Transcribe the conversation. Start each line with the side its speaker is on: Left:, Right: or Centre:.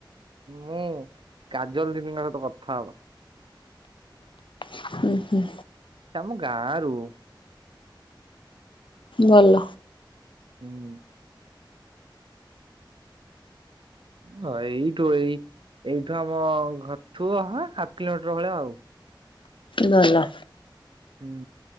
Right: ମୁଁ କାଜଲ ଦିଦିଙ୍କ ସହିତ କଥା ହବ।
Left: ହୁଁ ହୁଁ।
Right: ତମ ଗାଁ ରୁ
Left: ଭଲ।
Right: ହୁଁ। ହଁ ଏଇଠୁ ଏଇ ଏଇଠୁ ଆମ ଘରଠୁ ହାଫ୍ କିଲୋମିଟର ଭଳିଆ ଆଉ।
Left: ଗଲା।
Right: ହୁଁ